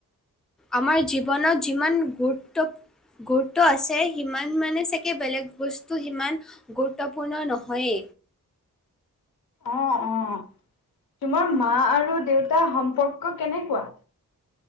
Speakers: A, in the centre; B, on the left.
A: আমাৰ জীৱনত যিমান গুৰুত্ব গুৰুত্ব আছে, সিমান মানে চাগে বেলেগ বস্তু সিমান গুৰুত্বপূৰ্ণ নহয়ে।
B: অ, অ। তোমাৰ মা আৰু দেউতা সম্পৰ্ক কেনেকুৱা?